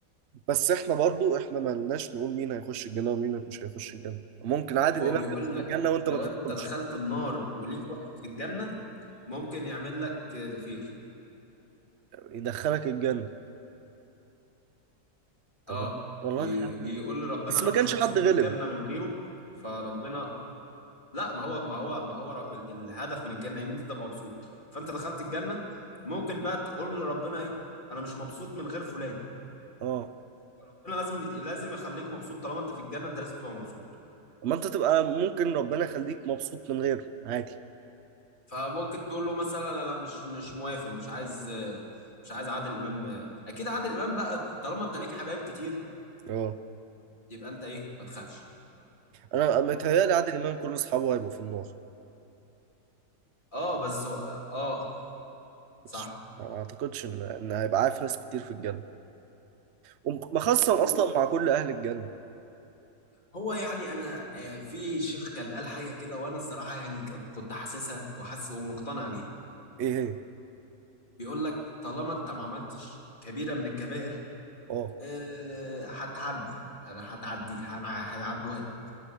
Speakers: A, on the right; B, on the left.
A: بس احنا برضو احنا ما لناش نقول مين هيخش الجنه ومين مش هيخش الجنه ممكن عادل
B: هو
A: امام
B: بيقول
A: يدخل الجنه
B: لك
A: وانت
B: لو
A: ما تدخلش
B: انت دخلت النار وليك واحد في الجنة ممكن يعمل لك ريفير
A: يدخلك الجنه طب
B: اه
A: والله
B: بي
A: دي حاجه
B: بيقول
A: <laughs>
B: لربنا
A: بس
B: انا
A: ما كانش
B: مش مبسوط
A: حد
B: بالجنة
A: غلب
B: من غيره فربنا لا ما هو ما هو ما هو ر- ال- الهدف من الجنة ان انت تبقى مبسوط فانت دخلت الجنة ممكن بقى تقول لربنا ايه انا مش مبسوط من غير فلان
A: اه
B: ربنا لازم لازم يخليك مبسوط طالما انت في الجنة انت لازم تبقى مبسوط
A: ما انت تبقى ممكن ربنا يخليك مبسوط من غيره عادي
B: فممكن تقول له مثلا انا مش مش موافق مش عايز مش عايز عادل امام اكيد عادل امام بقى طالما انت ليك حبايب كتير
A: اه
B: يبقى انت ايه ما تخافش
A: انا متهيألي عادل امام كل اصحابه هيبقوا في النار
B: اه بس هو اه
A: مش
B: صح
A: ما اعتقدش ان ان هيبقى عارف ناس كتير في الجنه ومخصم
B: و-
A: اصلا
B: و-
A: مع كل اهل الجنه
B: هو يعني انا آه، في شيخ كان قال حاجه كده وانا الصراحه يعني ك- كنت حاسسها وحاسس ومقتنع بيها
A: ايه هي
B: بيقول لك طالما انت ما عملتش كبيره من الكبائر
A: اه
B: آه، هتعدي هتعدي هن- هيعدوها لك